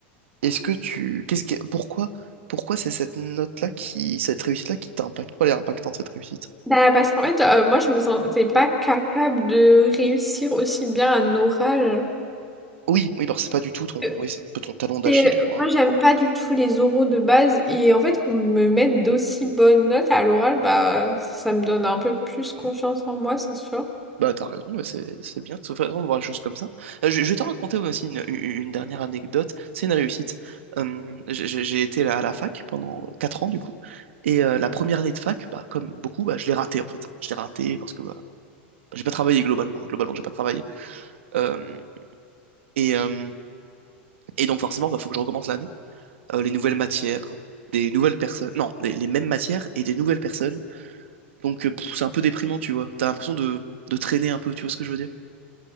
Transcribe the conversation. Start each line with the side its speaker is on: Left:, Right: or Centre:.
Right: est-ce que tu, qu'est-ce que, pourquoi, pourquoi c'est cette note-là qui, cette réussite-là qui t'impacte? Pourquoi elle est impactante, cette réussite?
Centre: Bah, parce qu'en fait euh, moi je me sentais pas capable de réussir aussi bien un oral.
Right: Oui, oui, parce que c'est pas du tout ton,
Centre: Euh,
Right: oui, c'est un peu ton talon d'Achille,
Centre: c'est-
Right: quoi.
Centre: Moi j'aime pas du tout les oraux de base et en fait qu'on me mette d'aussi bonnes notes à l'oral bah ça me donne un peu plus confiance en moi, c'est sûr.
Right: Bah, t'as raison, ouais, c'est c'est bien de toute façon de voir les choses comme ça. Euh, je, je vais te raconter aussi une, une- une dernière anecdote, c'est une réussite. Euh, j'ai j'ai- j'ai été à la fac pendant 4 ans du coup, et euh, la première année de fac, bah, comme beaucoup, bah, je l'ai ratée en fait. Je l'ai ratée parce que bah, j'ai pas travaillé globalement, globalement j'ai pas travaillé. Euh, et, euh, et donc forcément, bah, faut que je recommence l'année. Euh, les nouvelles matières, des nouvelles personnes, non, les, les mêmes matières et des nouvelles personnes. Donc euh, pff, c'est un peu déprimant, tu vois. T'as l'impression de, de traîner un peu, tu vois ce que je veux dire?